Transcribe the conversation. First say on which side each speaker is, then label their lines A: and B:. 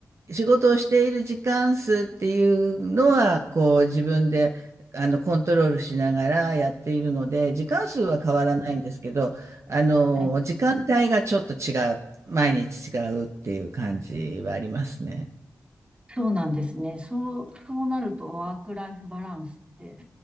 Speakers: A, on the right; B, on the right.
A: 仕事をしている時間数っていうのは、こう、自分で、あの、コントロールしながらやっているので、時間数は変わらないんですけど、あの、
B: はい。
A: 時間帯がちょっと違う、毎日違うっていう感じはありますね。
B: そうなんですね。そう、そうなると、ワークライフバランスって、